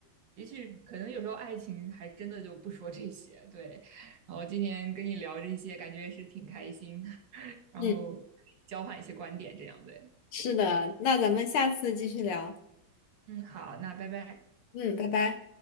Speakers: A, on the right (about 60°); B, on the left (about 80°).
A: 也许可能有时候爱情还真的就不说这些。对，然后今天跟你聊这些，感觉也是挺开心，<laughs> 然后交换一些观点这样对。
B: 嗯，是的，那咱们下次继续聊。
A: 嗯，好，那拜拜。
B: 嗯，拜拜。